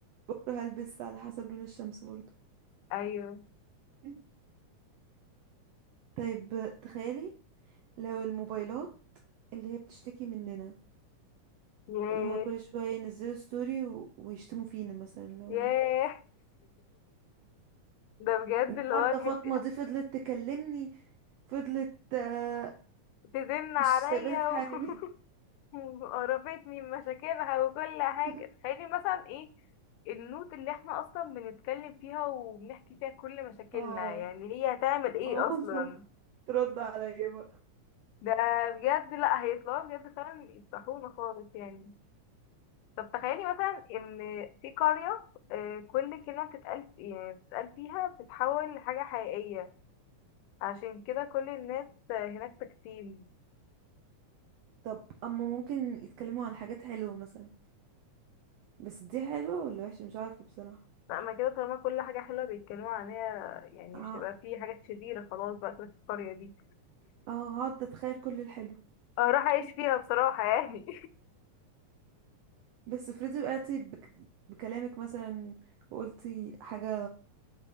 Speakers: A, on the right; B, on the left.
A: بكرة هلبس على حسب لون الشمس برضه
B: ايوه
A: <laughs> طيب تخيلي لو الموبايلات اللي هي بتشتكي مننا
B: ياه
A: اللي هو كل شوية ينزلوا ستوري و... ويشتموا فينا مثلا اللي هو
B: ياه <laughs> ده بجد
A: النهاردة
B: اللي هو تحسي
A: فاطمة دي فضلت تكلمني فضلت آه،
B: تزن عليا
A: مش سايباني في حالي
B: <laughs> وقربتني من مشاكلها وكل حاجة
A: <laughs>
B: تخيلي مثلا ايه النوت اللي احنا اصلا بنتكلم فيها وبنحكي فيها كل مشاكلنا
A: اه
B: يعني هي هتعمل ايه
A: اه
B: اصلا
A: ترد عليا بقى
B: ده بجد لا هيطلعوا بجد فعلا يفتحونا خالص يعني طب تخيلي مثلا ان في قرية آه، كل كلمة بتتقال يعني بتتقال فيها بتتحول لحاجة حقيقية عشان كده كل الناس آه، هناك تكتيل
A: طب اما ممكن يتكلموا عن حاجات حلوة مثلا بس دي حلوة ولا وحشة مش عارفة بصراحة
B: لا ما كده طالما كل حاجة حلوة بيتكلموا عنها يعني
A: اه
B: مش هيبقى في حاجات شريرة خلاص بقى كده في القرية دي
A: آه، هقعد اتخيل كل الحلو
B: اروح اعيش
A: <laughs>
B: فيها بصراحة يعني
A: بس افرضي وقعتي بك... بكلامك مثلا وقلتي حاجة